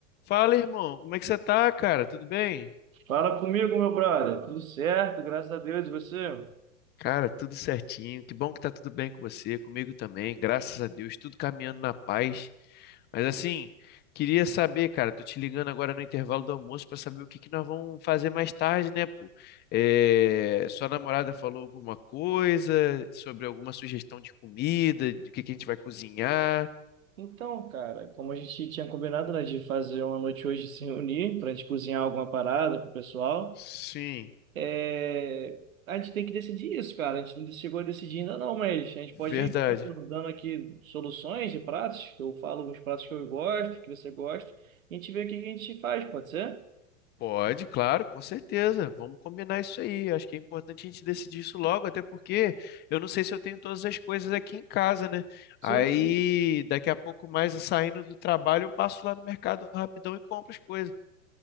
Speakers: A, on the left (about 25°); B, on the right (about 85°).
A: Fala, irmão, como é que você tá, cara? Tudo bem?
B: Fala comigo, meu brother. Tudo certo, graças a Deus. E você?
A: Cara, tudo certinho. Que bom que tá tudo bem com você, comigo também. Graças a Deus, tudo caminhando na paz. Mas assim, queria saber, cara, tô te ligando agora no intervalo do almoço pra saber o que que nós vamos fazer mais tarde, né, pô? É, Sua namorada falou alguma coisa sobre alguma sugestão de comida, de que que a gente vai cozinhar?
B: Então, cara, como a gente tinha combinado, né, de fazer uma noite hoje se reunir para a gente cozinhar alguma parada pro pessoal,
A: Sim,
B: é, a gente tem que decidir isso, cara. A gente não chegou a decidir ainda não, mas a gente
A: verdade.
B: pode ir dando aqui soluções de pratos. Eu falo uns pratos que eu gosto, que você gosta, e a gente vê o que a gente faz, pode ser?
A: Pode, claro, com certeza. Vamos combinar isso aí. Acho que é importante a gente decidir isso logo, até porque eu não sei se eu tenho todas as coisas aqui em casa, né?
B: Sim,
A: Aí,
B: sim.
A: daqui a pouco mais, saindo do trabalho, eu passo lá no mercado rapidão e compro as coisas.